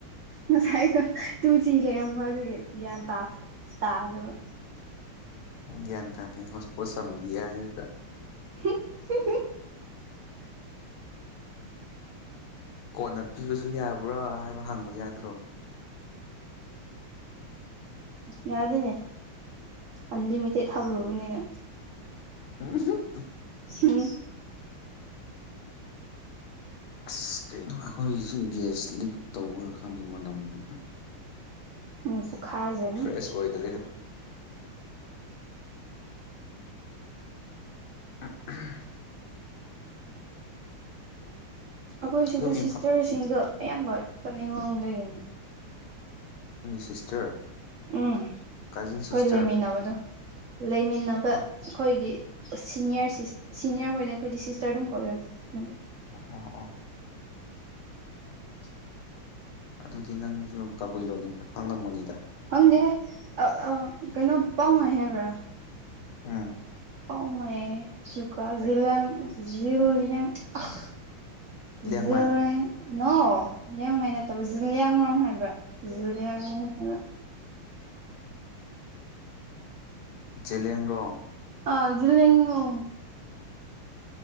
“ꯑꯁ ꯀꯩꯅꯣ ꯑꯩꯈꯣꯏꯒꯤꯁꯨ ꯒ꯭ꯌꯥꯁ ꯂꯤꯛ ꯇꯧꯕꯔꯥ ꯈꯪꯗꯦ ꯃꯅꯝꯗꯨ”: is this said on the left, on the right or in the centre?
Left